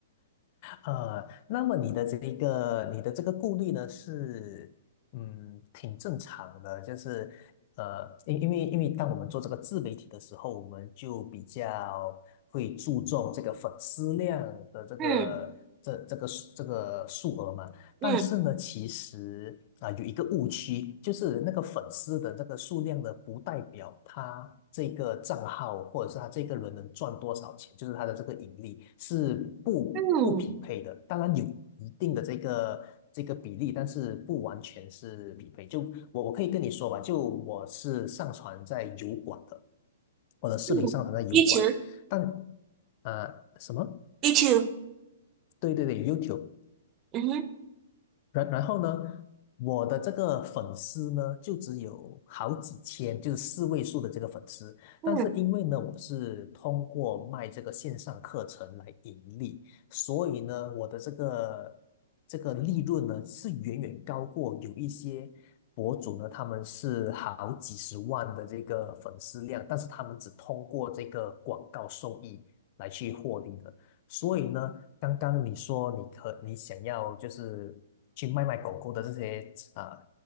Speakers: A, on the left; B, on the right.
A: 呃，那么你的这一个，你的这个顾虑呢，是嗯，挺正常的，就是呃，因因为因为当我们做这个自媒体的时候，我们就比较会注重这个粉丝量的这个这这个这个数额嘛，
B: 嗯嗯
A: 但是呢，其实啊、有一个误区，就是那个粉丝的这个数量呢，不代表他这个账号或者是他这个人能赚多少钱，就是他的这个盈利是不不匹配的。
B: 嗯
A: 当然有一定的这个这个比例，但是不完全是匹配。就我我可以跟你说吧，就我是上传在油管的，我的视频上传在油管，
B: 嗯 o u too
A: 但啊什么？
B: me too，
A: 对对对，YouTube。
B: 嗯哼
A: 然然后呢，我的这个粉丝呢，就只有好几千，就是四位数的这个粉丝。
B: 嗯
A: 但是因为呢，我是通过卖这个线上课程来盈利，所以呢，我的这个这个利润呢，是远远高过有一些博主呢，他们是好几十万的这个粉丝量，但是他们只通过这个广告收益来去获利的。所以呢，刚刚你说你可你想要就是去卖卖狗狗的这些啊